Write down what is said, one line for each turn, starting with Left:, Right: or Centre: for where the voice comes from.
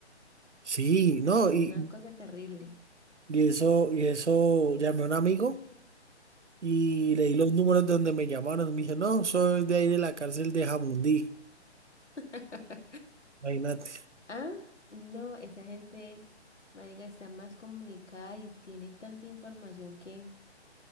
Right: Sí, no,
Left: Pero
Right: y,
Left: una cosa terrible.
Right: y eso, y eso, llamé a un amigo. Y le di los números de donde me llamaron. Me dijo, no, soy de ahí de la cárcel de Jamundí.
Left: <laughs>
Right: Imagínate.
Left: Ah, no, esa gente, marica, está más comunicada y tiene tanta información que